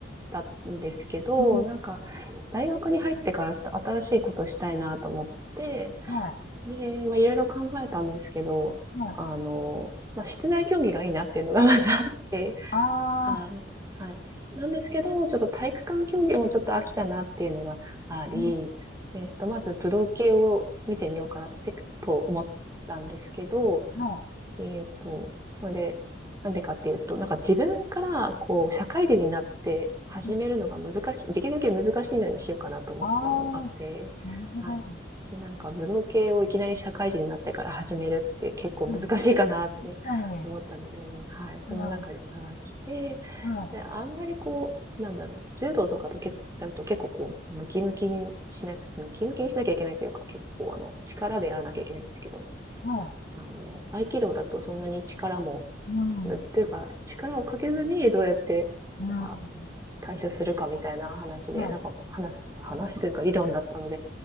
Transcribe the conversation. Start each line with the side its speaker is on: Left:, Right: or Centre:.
Right: たんですけど、
Left: うん、
Right: なんか、大学に入ってからちょっと新しいことをしたいなと思って、
Left: はい、
Right: で、まあ、いろいろ考えたんですけど、
Left: はい。
Right: あの、まあ、室内競技がいいなっていうのがまずあって、
Left: あ
Right: あーはい。
Left: あ、
Right: なんですけど、ちょっと体育館競技もちょっと飽きたなっていうのがあり、
Left: うん、
Right: で、ちょっとまず武道系を見てみようかなとせと思ったんですけど、
Left: は
Right: えっと、ので、なんでかっていうと、なんか自分からこう、社会人になって始めるのが難しい、
Left: い、
Right: できるだけ難しいのにしようかなと思ったのもあって、
Left: ああ、なるほど。
Right: はい。
Left: うん
Right: で、なんか武道系をいきなり社会人になってから始めるって結構難しいかなって思ったので、
Left: うん確かに。
Right: はい。その中で探して、
Left: はい、はい、
Right: で、あんまりこう、なんだろうな、柔道とかとけだと結構こう、ムキムキにしな、ムキムキにしなきゃいけないというか、結構あの、力でやらなきゃいけないんですけど、
Left: は
Right: あの、合気道だとそんなに力も、
Left: い、うん、うん、
Right: というか、力をかけずにどうやって、
Left: うん
Right: なんか、対処するかみたいな話で、
Left: はい。
Right: なんか、話、話というか理論だったので、